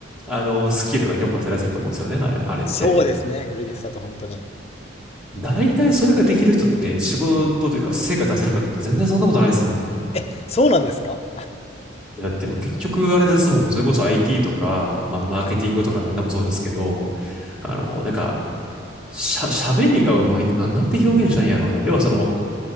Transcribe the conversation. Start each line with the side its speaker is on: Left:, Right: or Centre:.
Centre: あの、スキルが評価されやすいと思うんですよね、あれあれって。
Left: そうですね。グルディスだと本当に。
Centre: 大体それができる人って仕事というか成果出せるかって言ったら全然そんなことないですもんね。
Left: え、そうなんですか
Centre: だってもう結局あれですもん。それこそ IT とか、まあマーケティングとか何でもそうですけど、
Left: はい。
Centre: あの、なんか、しゃ、喋りがうまいって、なん、なんて表現したらいいんやろうな。要はその、